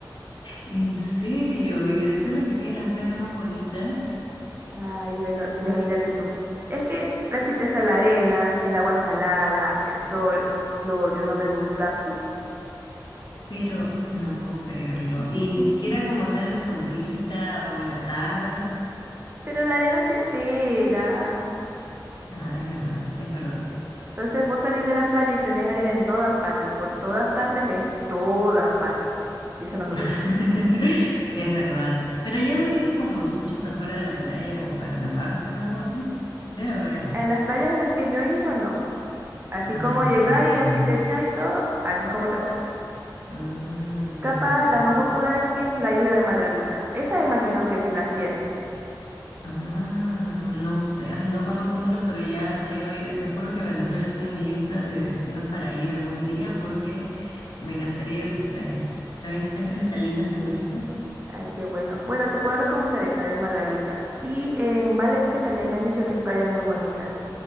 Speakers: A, on the left; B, on the right.
A: En serio, y Venezuela que tiene las playas más bonitas,
B: <laughs> Ay, bueno, imagínate tú. Es que la cita es a la arena, el agua salada, el sol, lo odio, no me gusta.
A: pero no puedo creerlo.
B: <laughs>
A: Y ni siquiera como estar en la sombrita o en la tarde.
B: Pero la arena se pega.
A: Ah, es verdad, es verdad.
B: Entonces vos salís de la playa y tenés arena en todas partes. Y por todas partes es todas partes. Y eso no me
A: <laughs>
B: gusta.
A: Es verdad. Pero ya no tienen como duchas afuera de la playa como para lavarse luego así. Debe haber.
B: En las playas en las que yo he ido, no. Así
A: Ah,
B: como
A: ya,
B: llegáis, y así
A: ya.
B: te echáis y todo, así es como te vas.
A: Mm,
B: Capaz,
A: ya, sí,
B: la
A: sí.
B: más popular aquí es la isla de Margarita. Esa imagino que sí las tiene.
A: Ah, no sé, ay, no conozco mucho, pero ya quiero ir. Te juro que Venezuela está en mi lista de destinos para ir algún día porque me encantaría ir a sus playas. Se ven tan cristalinas y bonitas.
B: Ay, qué bueno. Bueno, te puedo recomendar esa de Margarita. Y en Valencia también me han dicho que hay playas muy bonitas.